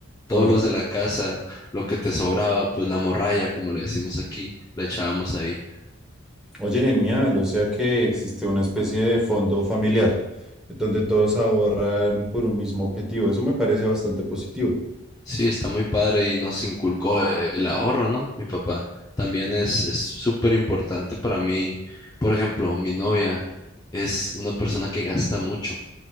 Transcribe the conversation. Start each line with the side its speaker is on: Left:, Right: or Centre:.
Left: Todos
Centre: Oye.
Left: los de la casa, lo que te sobraba, pues la morralla, como le decimos aquí, la echábamos ahí.
Centre: Oye, genial, o sea que existe una especie de fondo familiar donde todos ahorran por un mismo objetivo. Eso me parece bastante positivo.
Left: Sí, está muy padre y nos inculcó eh, el ahorro, ¿no? Mi papá también es es súper importante para mí. Por ejemplo, mi novia es una persona que gasta mucho,